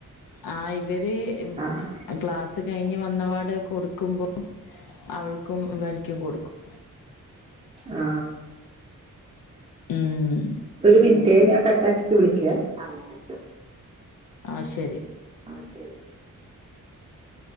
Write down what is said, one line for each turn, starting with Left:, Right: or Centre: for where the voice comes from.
Left: ആ ഇവര്
Right: ആഹ്
Left: ക്ലാസ് കഴിഞ്ഞ് വന്നപാട് കൊടുക്കുമ്പോ അവൾക്കും ഇവനിക്കും കൊടുക്കും.
Right: ആ
Left: ഉം
Right: ഒരു മിനിറ്റേഞാൻ കട്ടാക്കിട്ട് വിളിക്കെ, അങ്ങനെയൊക്കെ
Left: ആശരി.
Right: ആ ശരി.